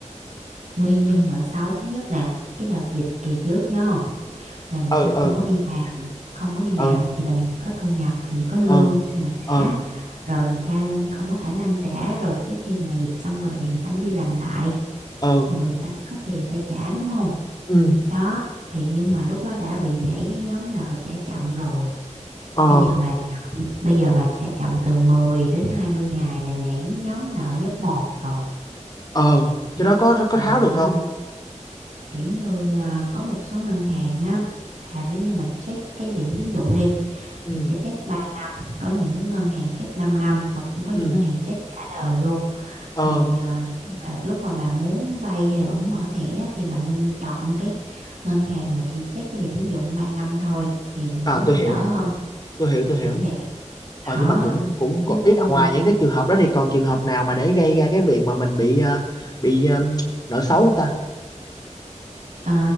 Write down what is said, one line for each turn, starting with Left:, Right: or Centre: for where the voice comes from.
Right: nguyên nhân nợ xấu thứ nhất nè cái đợt dịch kỳ trước nhớ không là người
Left: ừ
Right: ta
Left: ừ
Right: không có đi làm không có đi làm
Left: ừ
Right: thì làm gì có thu nhập làm gì có lương
Left: ừ
Right: thì mà
Left: ừ
Right: trả rồi người ta không có khả năng trả rồi tới khi mà dịch xong rồi thì người ta mới đi làm lại
Left: ừ
Right: thì mà người ta có tiền người ta trả đúng không
Left: ừ
Right: đó thì nhưng mà lúc đó đã bị nhảy cái nhóm nợ trả chậm rồi
Left: ờ
Right: bây giờ bà chậm bây giờ bà trả chậm từ 10 đến 20 ngày là nhảy nhóm nợ giáp một rồi
Left: ờ
Right: đó
Left: cái đó có có
Right: là
Left: tháo
Right: bà
Left: được không
Right: đó kiểu như à, có một số ngân hàng á là nếu như mà check cái điểm tín dụng đi
Left: ừ
Right: thì sẽ check ba có những ngân hàng check 5 năm và cũng có những
Left: ừ
Right: ngân hàng check cả đời luôn
Left: ờ
Right: thì à, lúc là lúc mà bà muốn vay hay là bà muốn mở thẻ á, thì bà nên chọn cái ngân hàng mà chỉ check cái điểm tín dụng 3 năm thôi thì nó
Left: à tôi
Right: sẽ
Left: hiểu
Right: đỡ hơn
Left: tôi hiểu tôi hiểu
Right: kiểu vậy
Left: Ờ
Right: đó
Left: nhưng mà cũng cũng có-
Right: chứ
Left: ý
Right: ờ,
Left: là ngoài những cái trường hợp đó thì còn trường hợp nào mà để gây ra cái việc mà mình bị ờ, bị um, nợ xấu không ta?
Right: ờ,